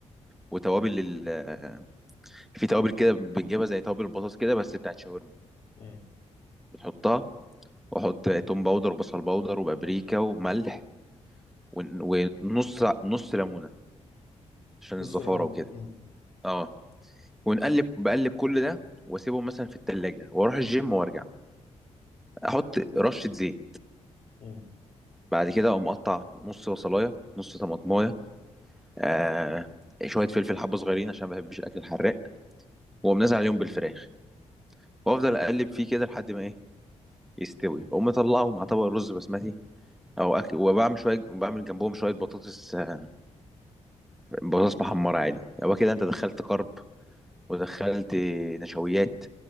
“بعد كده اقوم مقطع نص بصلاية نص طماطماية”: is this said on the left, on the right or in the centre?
Centre